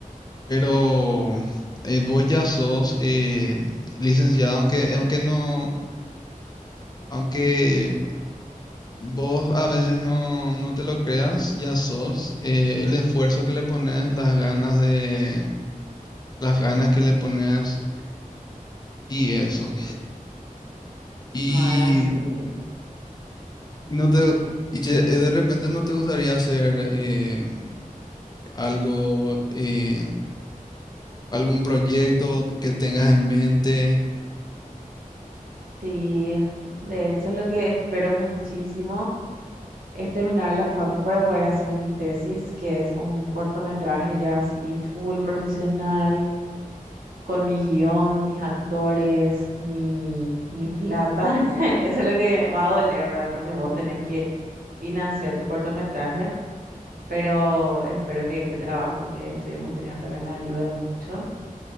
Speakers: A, on the left; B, on the right.
A: pero eh, vos ya sos eh, licenciada, aunque, aunque no... Aunque Vos a veces no, no te lo creas, ya sos. eh, el esfuerzo que le pones, las ganas de, las ganas que le pones y eso. Y,
B: bueno, sí.
A: y no te, y che, eh, de repente no te gustaría hacer eh, algo, eh, algún proyecto que tengas en mente.
B: Sí, de hecho lo que espero muchísimo. es terminar la facu para poder hacer mi tesis, que es un cortometraje ya así full profesional, con mi guión, mis actores, mi, mi plata. <laughs> Eso es lo que va a doler, ¿verdad? Porque vos tenés que financiar tu cortometraje, pero espero que este trabajo que estuvimos teniendo también me ayude mucho.